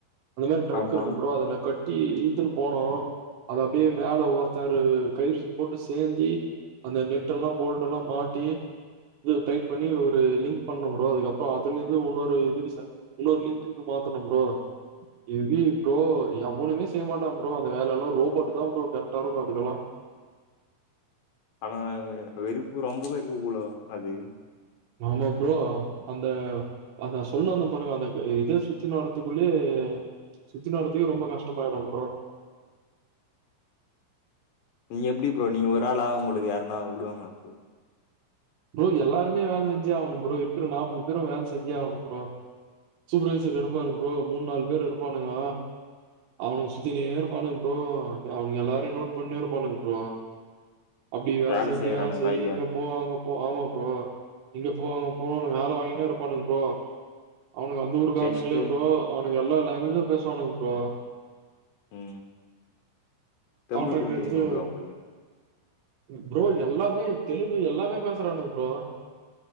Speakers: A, on the right (about 80°); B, on the left (about 75°).
A: அந்த மாரி டிரக்
B: ஆமா
A: இருக்கு ப்ரோ அதுல கட் சுட்டி இழுத்துன்னு போனோ அத அப்டியே மேல ஒருத்தர் கயிற போட்டு சேத்தி அந்த நெட்டெல்லா போல்டெல்லா மாட்டி இது டைட் பண்ணி ஒரு லிங்க் பண்ணும் ப்ரோ அதுக்கப்புறோ அதுலருந்து இன்னொரு இதுக்கு இன்னொரு லிங்க்குக்கு மாத்தணு ப்ரோ எவி ப்ரோ எவனுமே செய்யமாட்டா ப்ரோ அந்த வேலைலா ரோபோட்டு் தா ப்ரோ கரெக்டா இருக்கு அதுக்கெல்லா
B: ஆனா வெருப்பு ரொம்பவு இருக்க கூடாது அது
A: ஆமா ப்ரோ அந்த அந்த சொல்ல அந்த பாருங்க அந்த இதே சுத்தி வரதுக்குள்ளேயே சுத்தி வரத்துக்கு ரொம்ப கஷ்டமாயிடு ப்ரோ
B: நீங்க எப்டி ப்ரோ நீங்க ஒரு ஆளா உங்களுக்கு யாரனா விடுவாங்களா ப்ரோ
A: ப்ரோ எல்லாருமே வேல செஞ்சே ஆகணு ப்ரோ இருக்கிற நாற்பது பேரு வேல செஞ்சே ஆகணு ப்ரோ சூப்பர்வைசர் இருப்பாரு ப்ரோ மூணு நாலு பேர் இருப்பானுங்க அவனுங்க சுத்தினே இருப்பானுங்க ப்ரோ அவனுங்க எல்லாரையு நோட் பண்ணினே இருப்பானுங்க ப்ரோ அப்டி வேலை
B: வேல
A: செய் இப்டி
B: செய்யறானுங்களா
A: வேலை செய்
B: இல்லையான்னு
A: இங்க போ அங்க ப்ரோ இங்க போ அங்க போன்னு வேலை வாங்கினே இருப்பானுங்க ப்ரோ அவனுங்க அந்த ஊர் காரணுங்களே
B: ரெஸ்ட்டு
A: ப்ரோ அவனு எல்லா லாங்குவேஜு பேசுவானுங்க ப்ரோ
B: உ தமிழ்
A: கான்ட்ராக்ட்
B: கூட
A: எடுத்து
B: தெரியுமா ப்ரோ அவங்களுக்கு
A: ப்ரோ எல்லாமே தெலுங்கு எல்லாமே பேசுறானுங்க ப்ரோ